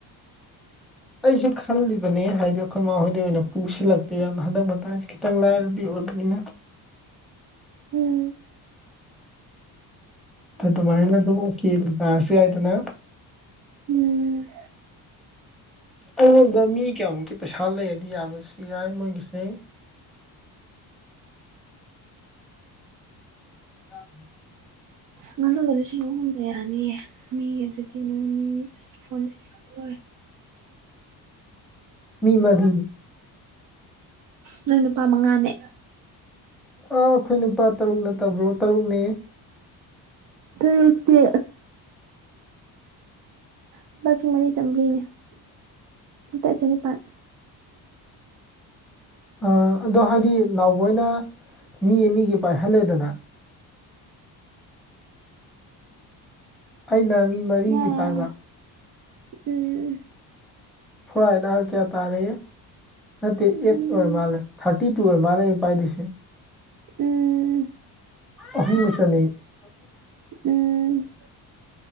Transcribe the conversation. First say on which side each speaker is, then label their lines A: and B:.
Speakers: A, in the centre; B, on the right (about 55°).
A: ꯑꯩꯁꯨ ꯈꯜꯂꯤꯕꯅꯦ ꯍꯥꯏꯗꯤ ꯑꯩꯈꯣꯏ ꯃꯈꯍꯣꯏꯗ ꯑꯣꯏꯅ ꯄꯨꯁꯤꯜꯂꯛꯇꯦꯅ ꯍꯟꯗꯛ ꯃꯇꯥꯡꯁꯤ ꯈꯤꯇꯪ ꯂꯥꯏꯔꯕꯤ ꯑꯣꯏꯕꯅꯤꯅ
B: ꯎꯝ
A: ꯇꯃꯥꯏꯅ ꯇꯁꯨ ꯌꯥꯥꯏꯗꯅ
B: ꯎꯝ
A: ꯑꯩꯉꯣꯟꯗ ꯃꯤ ꯀꯌꯥꯃꯨꯛꯀꯤ ꯄꯩꯁꯥ ꯂꯩꯔꯗꯤ ꯌꯥꯕꯁꯨ ꯌꯥꯏ ꯃꯣꯏꯒꯤꯁꯦ ꯑ
B: ꯉꯅꯗꯔ ꯁꯤ ꯌꯥ ꯌꯥꯅꯤꯌꯦ ꯃꯤ ꯑꯗꯨꯗꯤ ꯅꯣꯏ ꯃꯤ ꯐꯣꯟ ꯑꯣꯏ
A: ꯃꯤ ꯃꯗꯨ
B: ꯅꯣꯏ ꯅꯨꯄꯥ ꯃꯉꯥꯅꯦ
A: ꯑꯥ ꯑꯩꯈꯣꯏ ꯅꯨꯄꯥ ꯇꯔꯨꯛ ꯅꯠꯇꯕ꯭ꯔꯣ ꯇꯔꯨꯛꯅꯦ
B: ꯇꯔꯤꯛꯇꯦ ꯂꯨꯄꯥ ꯂꯤꯁꯤꯡ ꯃꯔꯤ ꯆꯥꯝꯃꯔꯤꯅꯦꯠ ꯆꯅꯤꯄꯥꯜ
A: ꯑ ꯑꯗꯣ ꯍꯥꯏꯗꯤ ꯅꯥꯎꯕꯅ ꯃꯤ ꯑꯅꯤꯒꯤ ꯄꯥꯏꯍꯜꯂꯦꯗꯅ ꯑꯩꯅ ꯃꯤ ꯃꯔꯤꯒꯤ
B: ꯏꯌꯥ
A: ꯄꯥꯏꯕ
B: ꯌꯥꯏꯌꯦ ꯎꯝ
A: ꯐꯔꯥꯏꯗꯥ ꯀꯌꯥ ꯇꯥꯔꯦ ꯅꯠꯇꯦ
B: ꯎꯝ
A: ꯑꯩꯠ ꯑꯣꯏ ꯃꯥꯜꯂꯦ ꯊꯥꯔꯇꯤ ꯇꯨ ꯑꯣꯏ ꯃꯥꯜꯂꯦ ꯑꯩꯩꯅ ꯄꯥꯏꯗꯣꯏꯁꯦ
B: ꯎꯝ
A: ꯑꯍꯨꯝꯒꯆꯥꯅꯤ ꯎ
B: ꯎꯝ